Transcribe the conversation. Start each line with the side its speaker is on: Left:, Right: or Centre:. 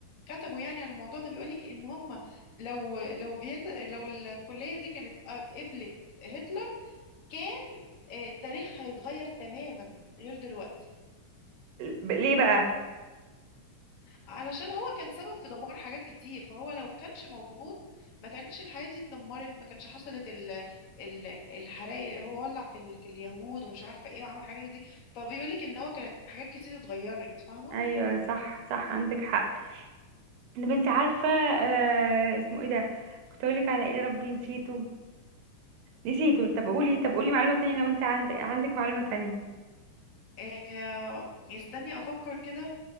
Left: كتبوا يعني عن الموضوع ده بيقول لك ان هم لو لو فيينا لو الكليه دي كانت قبلت هتلر كان آه، التاريخ هيتغير تماما غير دلوقتي
Right: ب- ليه بقى
Left: علشان هو كان سبب في دمار حاجات كتير فهو لو كانش موجود ما كانش الحياة دي اتدمرت ما كانش حصلت ال ال الحرائق اللي هو ولع في ال في اليهود ومش عارفة ايه وعمل حاجات دي فبيقول لك ان هو كانت حاجات كتير اتغيرت فاهمة
Right: ايوه صح صح عندك حق طب انت عارفه آه اسمه ايه ده كنت اقول لك على ايه يا ربي نسيته نسيته طب قولي طب قولي معلومه تانية لو انت عندك عندك معلومه تانية
Left: آه يستني افكر كده